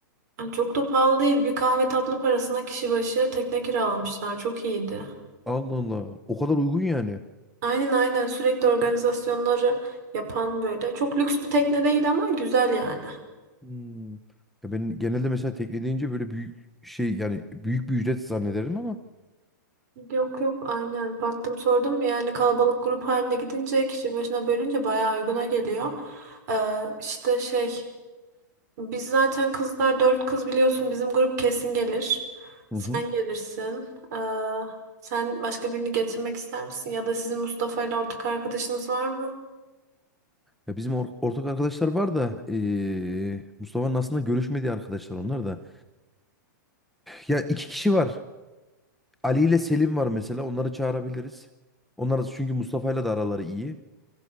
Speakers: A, on the right; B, in the centre.
A: Yani çok da pahalı değil. Bir kahve tatlı parasına kişi başı tekne kiralamışlar. Çok iyiydi.
B: Allah Allah. O kadar uygun yani.
A: Aynen aynen sürekli organizasyonları yapan böyle. Çok lüks bir tekne değil ama güzel yani.
B: Hmm. Ya ben genelde mesela tekne deyince böyle büyük şey yani büyük bir ücret zannederim ama.
A: Yok yok aynen baktım sordum yani kalabalık grup halinde gidince kişi başına bölünce bayağı uyguna geliyor. Ee, işte şey biz zaten kızlar dört kız biliyorsun bizim grup kesin gelir. Sen
B: Hı hı.
A: gelirsin. Ee, sen başka birini getirmek ister misin ya da sizin Mustafa ile ortak arkadaşınız var mı?
B: Ya bizim or- ortak arkadaşlar var da eee Mustafa'nın aslında görüşmediği arkadaşlar onlar da. Ya iki kişi var. Ali ile Selim var mesela. Onları çağırabiliriz. Onlar da- çünkü Mustafa'yla da araları iyi.